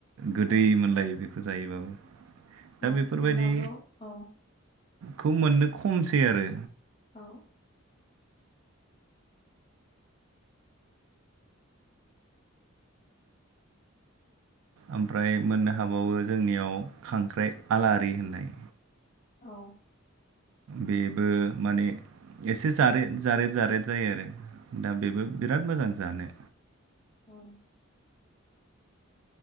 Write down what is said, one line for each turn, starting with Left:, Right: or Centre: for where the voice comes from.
Right: गोदै
Left: औ
Right: मोनलायो बेख खौ जायोबाबो दा
Left: औ
Right: बेफोरबायदि
Left: जोंनावथ' औ
Right: खौ मोननो खमसै आरो
Left: औ
Right: ओमफ्राय मोननो हाबावो जोंनियाव खांख्राइ आलारि होननाय
Left: औ
Right: बेबो माने एसे जारे जारेद जारेद जायो आरो दा बेबो बिराद मोजां जानो
Left: औ